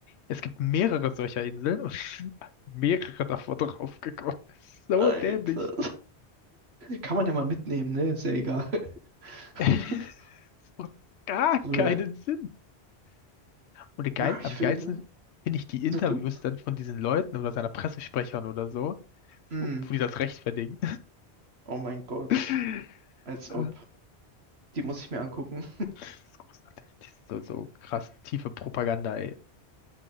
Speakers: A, on the left; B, on the right.
A: Es gibt mehrere solcher Inseln und <laughs> mehrere davon draufgekommen. So
B: Alter.
A: dämlich.
B: Kann man ja mal mitnehmen, ne? Ist ja egal. <laughs>
A: <laughs> Das macht gar
B: Bruder.
A: keinen Sinn. Und geil,
B: Ja,
A: am
B: ich finde.
A: geilsten finde ich die Interviews
B: Sag du?
A: dann von diesen Leuten oder seiner Pressesprechern oder so,
B: Mm.
A: wo wo die das rechtfertigen.
B: Oh mein Gott.
A: <laughs>
B: Als
A: Das
B: ob. Die muss ich mir angucken.
A: ist großartig. Das ist so, so krass tiefe Propaganda, ey.